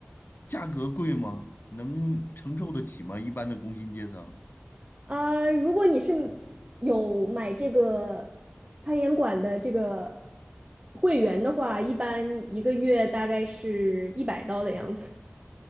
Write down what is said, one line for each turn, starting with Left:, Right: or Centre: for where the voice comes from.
Left: 价格贵吗？能承受得起吗？一般的工薪阶层，
Right: 呃，如果你是有买这个攀岩馆的这个会员的话，一般一个月大概是一百刀的样子。